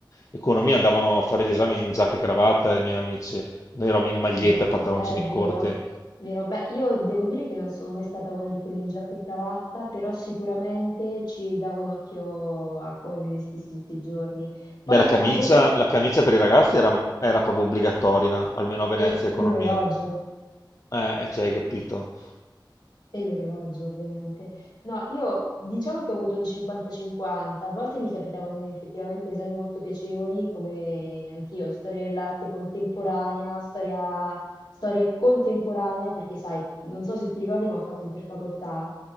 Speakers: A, on the left (about 40°); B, on the left (about 65°).
A: Economia andavano a fare gli esami in giacca e cravatta, i miei amici. Noi eravamo in maglietta
B: Buono,
A: e pantaloncini
B: è vero,
A: corti.
B: vero. Beh, io devo dire che non sono mai stata una di quelle in giacca e cravatta, però sicuramente ci davo un occhio a come mi vestissi tutti i giorni. Poi
A: Beh, la camicia,
B: avevo
A: la camicia per i ragazzi era, era proprio obbligatoria, almeno a Venezia,
B: e
A: economia.
B: l'orologio.
A: Eh, eh, cioè, hai capito?
B: E l'orologio ovviamente. No, io diciamo che ho avuto un 50-50, a volte mi capitavano effettivamente esami molto piacevoli, come anch'io, storia dell'arte contemporanea, storia, storia contemporanea, perché sai, non so se ti ricordi, ma ho fatto interfacoltà,